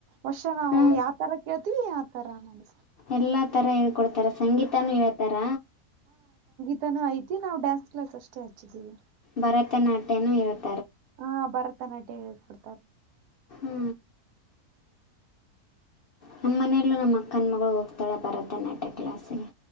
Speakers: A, on the right; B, on the left.
A: ವರ್ಷ ನಾವು
B: ಹಾಂ
A: ಯಾವತರ ಕೇಳ್ತೀವಿ ಆತರ ನಾವ್.
B: ಎಲ್ಲ ಥರ ಹೇಳ್ಕೊಡ್ತಾರೆ ಸಂಗೀತಾನೂ ಹೇಳ್ತಾರ.
A: ಸಂಗೀತ ನು ಐತಿ ನಾವು ಡ್ಯಾನ್ಸ್ ಕ್ಲಾಸ್ ಅಷ್ಟೇ ಹಚ್ಚಿದೀವಿ.
B: ಭರತನಾಟ್ಯನುೂ ಹೇಳ್ತಾ.
A: ಹಾ ಭರತನಾಟ್ಯ ಹೇಳು ಕೊಡ್ತಾರೆ.
B: ಹೂ ನಮ್ಮ ಮನೆಯಲ್ಲೂ ನಮ್ಮ ಅಕ್ಕನ ಮಗಳು ಹೋಗ್ತಾಳೆ ಭರತನಾಟ್ಯ ಕ್ಲಾಸಿಗೆ.